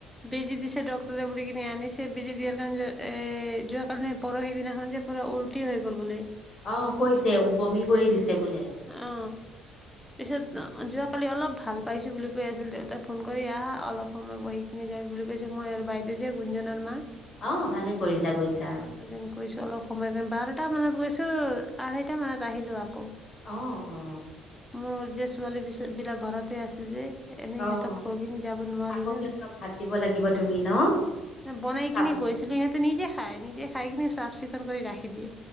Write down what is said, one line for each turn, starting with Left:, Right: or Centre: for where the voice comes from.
Centre: বেজি দিছে ডক্টৰে বুলি কিননে আনিছে বেজি দিয়াৰ কাৰণে এ যোৱ কালি নে পৰহি। সদিনাখন যে পুৰা উল্টি হৈ গ'ল বোলে।
Left: অহ, কৈছে বমি কৰি দিছে বোলে।
Centre: অ
Left: <inaudible>
Centre: পিছত যোৱাকালি অলপ ভাল পাইছো বুলি কৈ আছিল দেউতাই ফোন কৰি আহা অলপ সময় বহি কিননে যাই। বুলি কৈছে মই আৰু বাইদেউ যে গুঞ্জনৰ মা
Left: অ ভালে কৰিছা গৈছা
Centre: দুজন গৈছো অলপ সময় কাৰ বাৰটা মানত গৈছো। ত আহৈটা মানত আহিলো আকৌ।
Left: অ অ
Centre: মোৰ যে ছোৱালী বি বিলাক ঘৰতে আছিল যে। এনেই
Left: অ'
Centre: সিহঁতক থৈ কিনি যাব নোৱাৰি
Left: আকৌ
Centre: ন
Left: সিহতক ভাত দিব লাগিব তুমি ন।
Centre: বনাই
Left: চাব
Centre: কিনি গৈছিলো সিহঁতে নিজে খাই নিজে খাই কিনি চাফ চিকুণ কৰি ৰাখি দিয়ে।